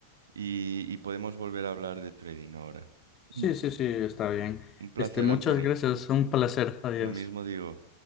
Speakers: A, on the right; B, on the left.
A: y, y podemos volver a hablar de trading ahora. Mm.
B: Sí, sí, sí, está bien.
A: Un placer,
B: Este, muchas
A: Anthony.
B: gracias, un placer. Adiós.
A: Lo mismo digo.